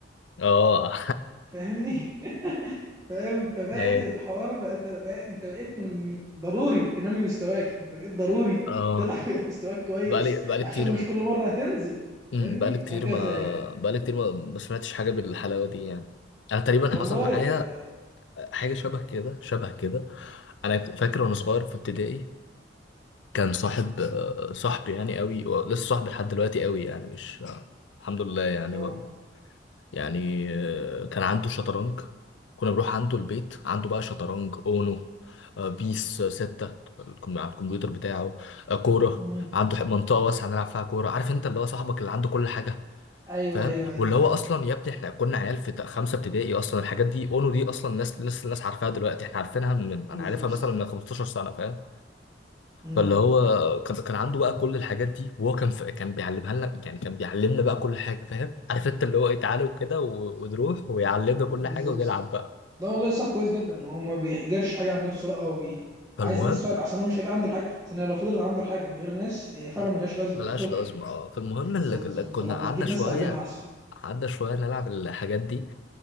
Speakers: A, on the left (about 80°); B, on the right (about 20°).
A: اه
B: فاهمني <laughs> فاهم فبقت
A: <laughs> ايوه
B: الحوار بقت بقى انت بقيت م- ضروري تنمي مستواك انت بقيت ضروري
A: اه
B: تلعب في <laughs> مستواك كويس
A: بقالي بقالي
B: عشان
A: كتير
B: مش كل مره هتنزل
A: امم
B: فاهمني
A: بقالي كتير
B: وهكذا
A: ما
B: يعني
A: بقالي كتير ما ما سمعتش حاجه بالحلاوه دي يعني انا تقريبا
B: والله
A: حصل معايا
B: ف
A: حاجة شبه كده شبه كده أنا فاكر وأنا صغير في ابتدائي كان صاحب آه، صاحبي يعني قوي و- لسه صاحبي لحد دلوقتي قوي يعني مش آه، الحمد لله يعني
B: اه
A: و... يعني آه، كان عنده شطرنج كنا بنروح عنده البيت عنده بقى شطرنج أونو آه، بيس آه، ستة الكم- على الكمبيوتر بتاعه آه، كورة
B: مم.
A: عنده ح- منطقة واسعة نلعب فيها كورة عارف أنت اللي هو صاحبك اللي عنده كل حاجة
B: ايوه
A: فاهم
B: ايوه ايوه
A: واللي
B: عارف.
A: هو اصلا يا ابني احنا كنا عيال في تق- خمسه ابتدائي اصلا الحاجات دي اونو دي اصلا ناس لسه الناس عارفاها دلوقتي احنا عارفينها من
B: بالظبط
A: انا عارفها مثلا من 15 سنه فاهم
B: مم.
A: فاللي هو كان كان عنده بقى كل الحاجات دي وهو كان في... كان بيعلمها لنا يعني كان بيعلمنا بقى كل حاجه فاهم عارف انت اللي هو ايه تعالوا كده و... ونروح ويعلمنا كل
B: بالظبط
A: حاجه ونلعب بقى
B: لا والله صعب كويس جدا هو ما بيحجرش حاجه عن نفسه لا هو بي...
A: فالمهم
B: عايز ناس فعلا احسن هو مش هيبقى عنده الحاجه عشان لو فضلت عنده الحاجه من غير ناس هي فعلا
A: م-
B: ملهاش لازمه
A: ملهاش
B: كطفل
A: لازمه اه فالمهم
B: بالظبط
A: اللي... اللي
B: فانت
A: كنا
B: لما
A: قعدنا
B: تجيب
A: شويه
B: ناس تعلمها احسن
A: قعدنا شويه نلعب الحاجات دي